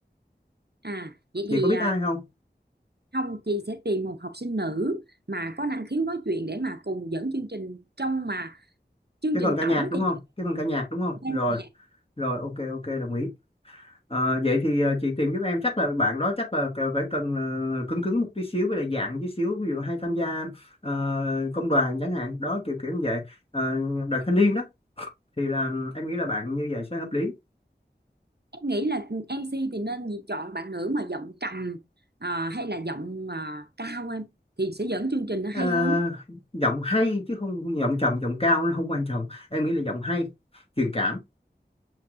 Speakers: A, on the right; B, on the left.
A: À vậy
B: chị
A: thì
B: có biết
A: à,
B: ai không
A: không chị sẽ tìm một học sinh nữ mà có năng khiếu nói chuyện để mà cùng dẫn chương trình trong mà chương
B: cái
A: trình
B: phần ca
A: tổng
B: nhạc đúng
A: thì
B: không cái phần ca nhạc đúng không
A: em
B: rồi
A: dẫn
B: rồi ok ok đồng ý Ờ, vậy thì ờ, chị tìm giúp em chắc là bạn đó chắc là cần- phải cần ờ, cứng cứng một tí xíu với lại dạng tí xíu ví dụ hay tham gia ờ, công đoàn chẳng hạn đó kiểu kiểu như vậy Ờ, đoàn thanh niên đó thì là em nghĩ là bạn như vậy sẽ hợp lý
A: em nghĩ là em MC thì nên chọn bạn nữ mà giọng trầm à, hay là giọng à, cao em thì sẽ dẫn chương trình nó hay
B: Ờ,
A: hơn
B: giọng hay chứ không giọng trầm giọng cao nó không quan trọng em nghĩ là giọng hay truyền cảm